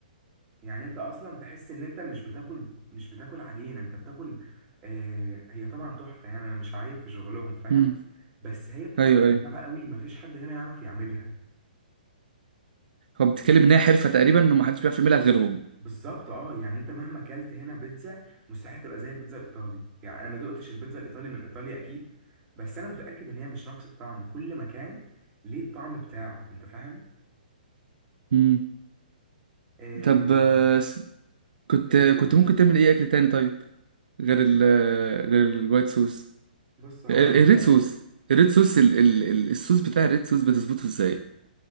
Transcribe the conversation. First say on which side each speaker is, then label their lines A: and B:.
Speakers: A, on the right; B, on the right.
A: يعني انت اصلا تحس ان انت مش بتاكل مش بتاكل عجينه انت بتاكل آه هي طبعا تحفه يعني انا مش عايب في شغلهم فاهم
B: امم
A: بس هي بتبقى
B: ايوه
A: رفيعه
B: ايوه
A: قوي مفيش حد هنا يعرف يعملها
B: هو بتتكلم ان هي حرفة تقريبا انه ما حدش بيعرف يعملها غيرهم
A: بالظبط اه يعني انت مهما اكلت هنا بيتزا مستحيل تبقى زي البيتزا الايطالي يعني انا ما دقتش البيتزا الايطالي من ايطاليا اكيد بس انا متاكد ان هي مش نفس الطعم كل مكان ليه الطعم بتاعه انت فاهم
B: امم
A: آه
B: طب آه، كنت
A: ايه
B: كنت
A: قول
B: ممكن تعمل ايه اكل تاني طيب غير ال غير الوايت صوص
A: بص هو
B: ال-
A: انا دلوقتي
B: الريد صوص الريد صوص ال ال ال- الصوص بتاع الريد صوص بتظبطه ازاي